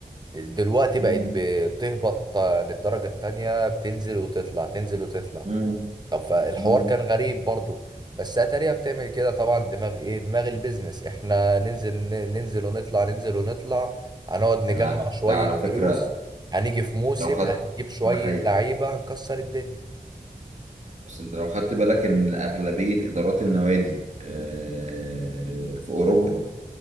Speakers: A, on the right (about 25°); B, on the right (about 45°).
A: دلوقتي بقت
B: مم.
A: بتهبط للدرجة التانية بتنزل وتطلع تنزل وتطلع
B: مم.
A: طب فالحوار
B: مم.
A: كان غريب برضو بس اتاريا بتعمل كده طبعا دماغ ايه دماغ البيزنس احنا ننزل ن- ننزل ونطلع ننزل ونطلع هنقعد نجمع
B: انا ع-
A: شوية
B: ده على
A: فلوس
B: فكرة
A: هنيجي في موسم
B: لو خدت
A: هنجيب شوية
B: ده حقيقي
A: لعيبة هنكسر الدنيا
B: بس انت لو خدت بالك ان اغلبية ادارات النوادي آه، في اوروبا